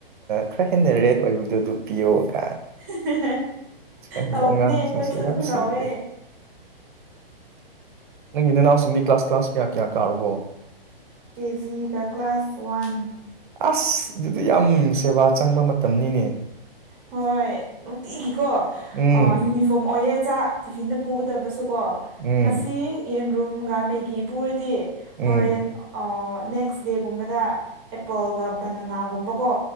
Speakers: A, on the right (about 55°); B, on the right (about 20°).
A: ꯈꯔ ꯍꯦꯟꯅ ꯔꯦꯠ ꯑꯣꯏꯕꯗꯣ ꯑꯗꯨ ꯎ ꯄꯌꯣꯒ
B: <unintelligible>
A: ꯑꯩ
B: ꯇꯧꯕꯅꯦ
A: ꯑꯉꯥꯡꯁꯤꯡꯁꯦ
B: ꯑꯩꯈꯣꯏꯁꯨ ꯑꯗꯨꯝ
A: ꯌꯥꯝ ꯁꯤꯗ꯭ꯔꯤ
B: ꯇꯧꯋꯦ
A: ꯅꯪ ꯏ ꯅꯅꯥꯎꯁꯤꯡꯗꯤ ꯀ꯭ꯂꯥꯁ ꯀ꯭ꯂꯥꯁ ꯀꯌꯥ ꯀꯌꯥ ꯀꯥꯔꯨꯔꯕꯣ
B: ꯀꯦꯖꯤꯒ ꯀ꯭ꯂꯥꯁ ꯋꯥꯟ
A: ꯑꯁ ꯑꯗꯨꯗꯤ ꯌꯥꯝ ꯁꯦꯕꯥ ꯆꯪꯕ ꯃꯇꯝꯅꯤꯅꯦ
B: ꯍꯣꯏ ꯅꯨꯡꯇꯤꯒꯤꯀꯣ
A: ꯎꯝ
B: ꯌꯨꯅꯤꯐꯣꯔꯝ ꯑꯣꯏꯌꯦ ꯆꯥꯛ ꯇꯤꯐꯤꯤꯟꯗ ꯄꯨꯒꯗꯕꯁꯨꯀꯣ
A: ꯎꯝ
B: ꯉꯁꯤ ꯌꯦꯟꯔꯨꯝꯒ ꯃꯦꯒꯤ ꯄꯨꯔꯗꯤ
A: ꯎꯝ
B: ꯍꯣꯔꯦꯟ ꯅꯦꯛꯁ ꯗꯦꯒꯨꯝꯕꯗ ꯑꯦꯄꯜꯒ ꯕꯅꯅꯥꯒꯨꯝꯕꯀꯣ